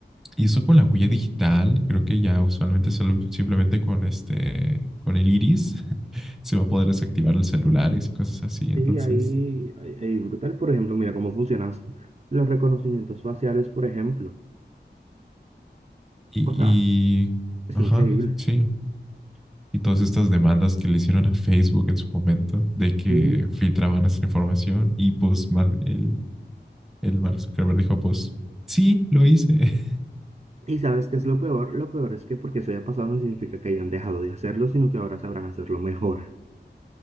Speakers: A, in the centre; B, on the right.
A: y esto con la huella digital, creo que ya usualmente solo- simplemente con este, con el iris <laughs> se va a poder desactivar los celulares y cosas así.
B: Sí,
A: Entonces,
B: ahí, ahí, ahí brutal. Por ejemplo, mira cómo funcionan los reconocimientos faciales, por ejemplo.
A: y,
B: O sea,
A: y
B: es
A: ajá,
B: increíble.
A: sí, y todas estas demandas que le hicieron a Facebook en su momento de que
B: Sí.
A: filtraban nuestra información y pues Mar- el, el Mark Zuckerberg dijo pues sí, lo hice. <laughs>
B: Y sabes qué es lo peor, lo peor es que porque eso haya pasado no significa que hayan dejado de hacerlo, sino que ahora sabrán hacerlo mejor.